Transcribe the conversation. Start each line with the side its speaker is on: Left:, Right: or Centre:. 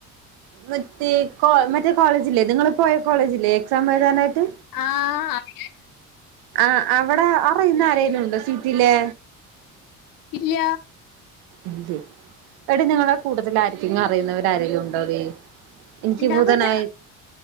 Right: വിത്തീക്കോൾ മറ്റേ കോളേജില്ലേ നിങ്ങള് പോയ കോളേജില്ലേ എക്സാമെഴുതാനായിട്ട്
Left: ആ അവിടെ
Right: ആ അവടെ അറിയുന്ന ആരേലും ഉണ്ടോ സിറ്റിലെ
Left: ഇല്ല
Right: ഇല്ല എടി നിങ്ങളെ കൂട്ടത്തില് ആരെ <unintelligible> അറിയുന്നവരാരേലുംണ്ടോടി ൻക്ക്
Left: ഉണ്ടാവൂല
Right: ബുധനായ്